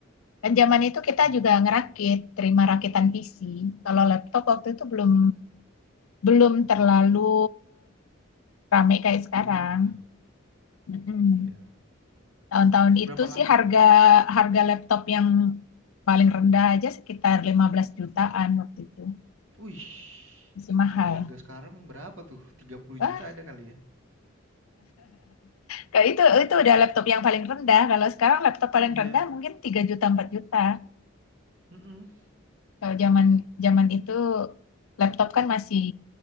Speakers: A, on the left; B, on the right.
A: Dan zaman itu kita
B: Hmm,
A: juga ngerakit, terima rakitan PC. Kalau laptop waktu itu belum belum terlalu rame kayak sekarang.
B: booming ya?
A: Mm-mm.
B: Iya.
A: Tahun-tahun
B: Seberapa
A: itu
B: lama
A: sih
B: tuh,
A: harga
B: Kak?
A: harga laptop yang paling rendah aja sekitar 15 jutaan waktu itu.
B: Wih.
A: Masih mahal.
B: Kalau harga sekarang berapa tuh? tiga puluh
A: Wah,
B: juta ada kali ya?
A: kalau itu itu udah laptop yang paling rendah. Kalau sekarang laptop paling
B: Iya.
A: rendah mungkin 3 juta 4 juta.
B: Mm-mm.
A: Kalau zaman zaman itu laptop kan masih